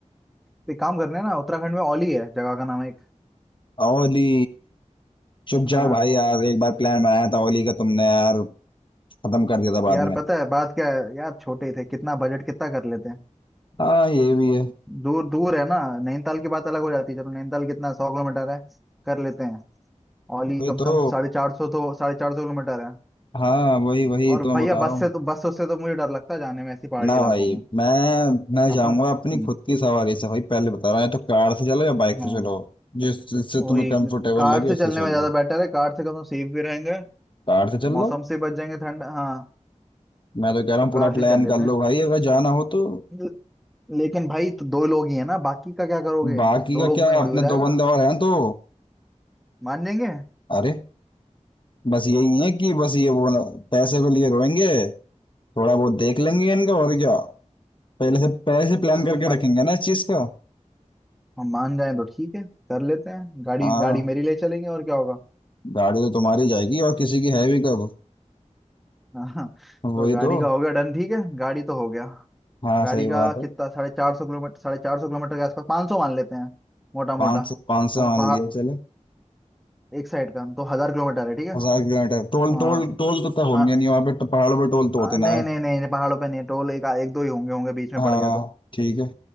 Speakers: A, in the centre; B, on the left.
A: तो एक काम करने हैं ना उत्तराखंड में औली है जगह का नाम एक
B: ओली चुप जाओ
A: हाँ
B: भाई यार एक बार प्लान बनाया था ओली का तुमने यार खत्म कर दिया था
A: यार
B: बाद में
A: पता है बात क्या है यार छोटे ही थे कितना बजट कितना कर लेते हैं
B: हाँ ये भी है
A: दूर दूर है ना नैनीताल की बात अलग हो जाती है चलो नैनीताल कितना सौ किलोमीटर है कर लेते हैं औली
B: वही
A: कम से
B: तो
A: कम साढ़े चार सौ तो साढ़े चार सौ किलोमीटर है
B: हाँ वही वही
A: और
B: तो मैं
A: भैया
B: बता रहा
A: बस
B: हूँ
A: से तो बस उससे तो मुझे डर लगता है जाने में ऐसी पहाड़ी
B: ना
A: इलाकों
B: भाई
A: में
B: मैं मैं
A: अपने
B: जाऊंगा
A: हम्म,
B: अपनी खुद की सवारी से भाई पहले बता रहा हूँ या तो कार से चलो या बाइक
A: हाँ
B: से चलो जिस जिससे
A: वही
B: तुम्हें कंफर्टेबल
A: कार
B: लगे
A: से
B: उससे
A: चलने
B: चल
A: में ज्यादा
B: लो
A: बेटर है कार से कम तो सेफ भी रहेंगे
B: कार से चल
A: मौसम
B: लो
A: से बच जाएंगे ठंड हाँ
B: मैं तो कह रहा
A: तो
B: हूँ पूरा
A: कार
B: प्लान
A: से चल लेते
B: कर लो
A: हैं
B: भाई अगर जाना हो तो
A: ल- लेकिन भाई तो दो लोग ही है ना बाकी का क्या करोगे
B: बाकी
A: दो
B: का
A: लोग
B: क्या
A: में थोड़ी
B: अपने
A: हो जाएगा
B: दो बंदे और हैं तो
A: मान जाएंगे
B: अरे बस यही है कि बस ये वो ना- पैसे के लिए रोएंगे थोड़ा बहुत देख लेंगे इनका और क्या पहले से पहले से
A: चलो
B: प्लान
A: अगर
B: करके
A: हम मा-
B: रखेंगे ना इस चीज का
A: हम मान जाए तो ठीक है कर लेते हैं गाड़ी
B: हाँ
A: गाड़ी मेरी ले चलेंगे और क्या होगा
B: गाड़ी तो तुम्हारी जाएगी और किसी की है भी कब
A: <laughs> हाँ
B: वही
A: तो गाड़ी
B: तो
A: का हो गया डन ठीक है गाड़ी तो हो गया
B: हाँ
A: गाड़ी
B: सही
A: का
B: बात है
A: कितना साढ़े चार सौ किलोमीटर साढ़े चार सौ किलोमीटर के आसपास पाँच सौ मान लेते हैं मोटा मोटा
B: पाँच सौ पाँच सौ
A: और
B: मान
A: पहाड़
B: लिया चले
A: एक साइड का तो हजार किलोमीटर है ठीक है
B: हजार किलोमीटर टोल
A: आ,
B: टोल टोल तो तय होंगे
A: आ,
B: नहीं वहाँ पे तो पहाड़ों पे टोल तो
A: आ,
B: होते
A: नहीं
B: ना है
A: नहीं नहीं नहीं, पहाड़ों पे नहीं टोल एक एक दो ही होंगे होंगे बीच में
B: हाँ
A: पड़ गया तो
B: ठीक है